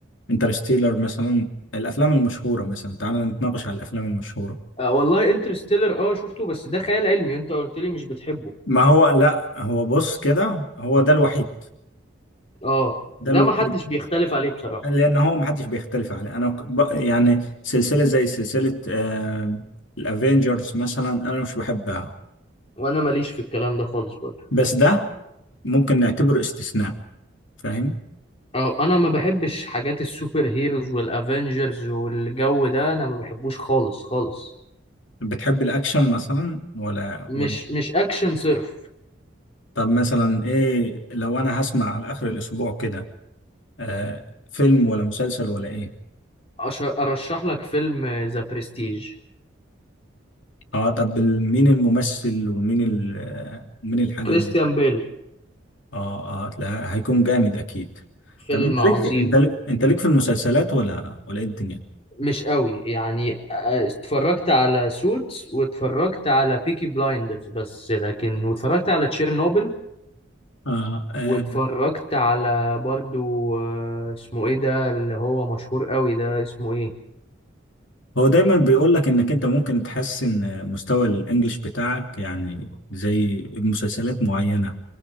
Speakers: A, on the left; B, on the left.
A: انترستيلر مثلا الافلام المشهورة مثلا تعالى نتناقش على الافلام المشهورة
B: آه، والله انترستيلر اه شفته بس ده خيال علمي وانت قلت لي مش بتحبه
A: ما هو لا هو بص كده هو ده الوحيد
B: اه
A: ده
B: ده
A: الوحيد
B: ما حدش بيختلف عليه بصراحه
A: لان هو ما حدش بيختلف عليه انا ك- ب- يعني سلسله زي سلسله آه الافينجرز مثلا انا مش بحبها
B: وانا ماليش في الكلام ده خالص برضه
A: بس ده ممكن نعتبره استثناء فاهم
B: اه انا ما بحبش حاجات السوبر هيروز والافنجرز والجو ده انا ما بحبوش خالص خالص
A: بتحب الاكشن مثلا ولا
B: مش
A: ولا
B: مش اكشن صرف
A: طب مثلا ايه لو انا هسمع على اخر الاسبوع كده آه فيلم ولا مسلسل ولا ايه
B: أش- أرشح لك فيلم ذا برستيج
A: اه طب ال- مين الممثل ومين ال- آه، مين الحاجه
B: كريستيان بيل
A: اه اه لا هيكون جامد اكيد
B: فيلم
A: طب انت
B: عظيم
A: ليك انت ليك انت ليك في المسلسلات ولا ولا ايه الدنيا
B: مش قوي يعني آه، اتفرجت على سوتس واتفرجت على بيكي بلايندرز بس لكن واتفرجت على تشيرنوبل
A: آه آه
B: واتفرجت على برضو آه، اسمه ايه ده اللي هو مشهور قوي ده اسمه ايه
A: هو دايما بيقول لك انك انت ممكن تحسن آه، مستوى الانجليش بتاعك يعني زي بمسلسلات معينة